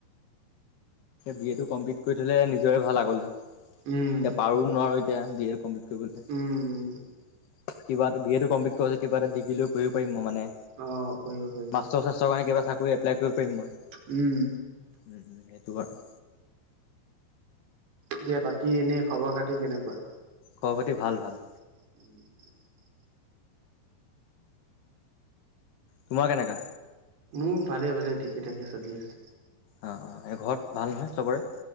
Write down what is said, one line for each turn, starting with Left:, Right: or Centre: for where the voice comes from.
Left: বি এ টো কমপ্লিট কৰি থলে নিজৰে ভাল আগলে। এতিয়া
Right: উম
Left: পাৰো নোৱাৰো এতিয়া বি এ কমপ্লিট কৰিবলৈ।
Right: উম
Left: কিবা এটা, বি এটো কমপ্লিট কৰাৰ পিছত, কিবা এটা ডিগ্ৰীও পঢ়িব পাৰিম মইয়ো। মানে,
Right: অ পঢ়িব পাৰিবা
Left: মাষ্টৰ-চাষ্টৰ কাৰণে, কিবা চাকৰি এপ্লাই কৰিব পাৰিম, মই।
Right: উম।
Left: উম, উম, সেইটো বাৰু
Right: এতিয়া বাকী এনেই খবৰ খাতি কেনেকুৱা
Left: খবৰ পাতি ভাল ভাল
Right: <unintelligible>
Left: তোমাৰ কেনেকা?
Right: উ ভালে ভালে ঠিকে থাকে চলি আছে
Left: অ' অ'! এই ঘৰত ভাল নহয়, চবৰে?